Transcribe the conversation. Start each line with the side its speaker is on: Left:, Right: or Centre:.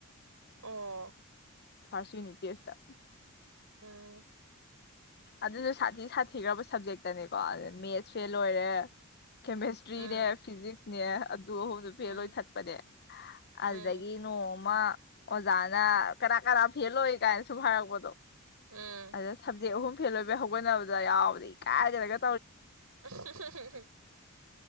Right: ꯑꯣ
Left: ꯐꯥꯔꯁ ꯎꯅꯤꯠ ꯇꯦꯁꯇ
Right: ꯎꯝ
Left: ꯑꯗꯨꯁꯨ ꯁꯥꯊꯤ ꯁꯥꯊꯤꯈ꯭ꯔꯕ ꯁꯕꯖꯦꯛꯇꯅꯤꯀꯣ ꯑꯗꯨ ꯃꯦꯠꯁ ꯐꯦꯜ ꯑꯣꯏꯔꯦ ꯀꯦꯃꯦꯁꯇ꯭ꯔꯤꯅꯦ
Right: ꯎꯝ
Left: ꯐꯤꯖꯤꯛꯁꯅꯦ ꯑꯗꯨ ꯑꯍꯨꯝꯗꯨ
Right: ꯎꯝ
Left: ꯐꯦꯜ ꯑꯣꯏ ꯊꯠꯄꯅꯦ ꯑꯗꯨꯗꯒꯤ
Right: ꯎꯝ
Left: ꯅꯣꯡꯃ ꯑꯣꯖꯥꯅ ꯀꯅꯥ ꯀꯅꯥꯥ ꯐꯦꯜ ꯑꯣꯏ ꯀꯥꯏꯅ ꯁꯨꯍꯥꯏꯔꯛꯄꯗꯣ
Right: ꯎꯝ ꯎꯝ
Left: ꯑꯗ ꯁꯞꯖꯦꯛ ꯑꯍꯨꯝ ꯐꯦꯜ ꯑꯣꯏꯕꯩ ꯍꯧꯒꯠꯅꯕ ꯗꯥ ꯌꯥꯎꯕꯗ ꯏꯀꯥꯢꯗꯅꯒ
Right: ꯑ ꯍ ꯍ ꯍ ꯍꯨꯝ <unintelligible>